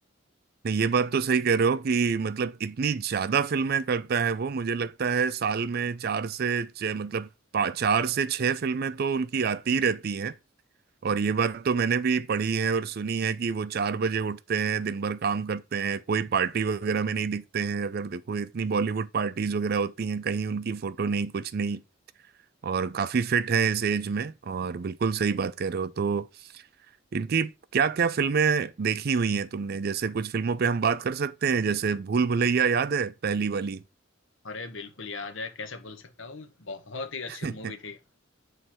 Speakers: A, on the right (about 50°); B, on the left (about 70°).
A: नहीं ये बात तो सही कह रहे हो कि मतलब इतनी ज्यादा फिल्में करता है वो मुझे लगता है साल में चार से छह मतलब पा- चार से छह फिल्में तो उनकी आती ही रहती हैं और ये बात तो मैंने भी पढ़ी है और सुनी है कि वो चार बजे उठते हैं दिन भर काम करते हैं कोई पार्टी वगैरह में नहीं दिखते हैं अगर देखो इतनी बॉलीवुड पार्टीज वगैरह होती हैं कहीं उनकी फोटो नहीं कुछ नहीं और काफी फिट है इस एज में और बिल्कुल सही बात कह रहे हो तो इनकी क्या क्या फिल्में देखी हुई हैं तुमने जैसे कुछ फिल्मों पे हम बात कर सकते हैं जैसे भूल भुलैया याद है पहली वाली
B: अरे बिल्कुल याद है कैसे भूल सकता हूँ बहुत ही
A: <laughs>
B: अच्छी मूवी थी